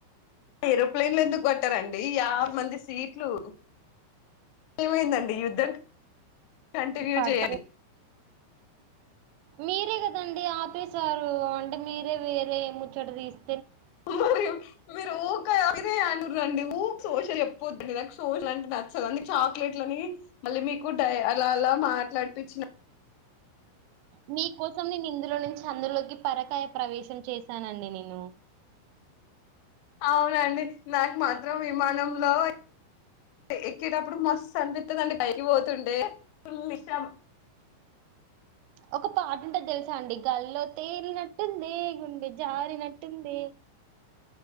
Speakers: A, on the left (about 65°); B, on the right (about 80°).
A: ఏరోప్లేన్లు ఎందుకు కొట్టారండి యాభ మంది సీట్లు ఏమైందండి యుద్ధం కంటిన్యూ
B: పడతాం
A: చేయి
B: మీరే కదండి ఆపేశారు అంటే మీరే వేరే ముచ్చోట తీస్త
A: మరి మీరు ఊకా మీరే అను రండి ఊ శోష చెప్ పోతుండి నాకు సోష అంటే నచ్చదు అ చాక్లెట్లని మళ్ళీ మీకు డ అలా అలా మాట్లాడిపిచ్చిన
B: మీకోసం నేను ఇందులో నుంచి అందులోకి పరకాయ ప్రవేశ చేశానండి నేను
A: అవునండి నాకు మాత్రం విమానంలో ఎక్కేటప్పుడు మస్తు అనిపిస్తుందండి పైకి పోతుండే ఫుల్ ఇష్టం
B: ఒక పాట ఉంటే తెలుసా అండి గల్లో తేలినట్టుంది గుండె జారినట్టుంది